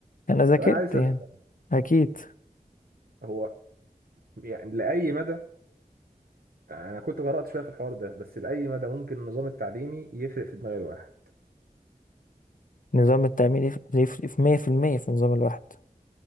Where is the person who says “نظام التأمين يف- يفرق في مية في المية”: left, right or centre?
Left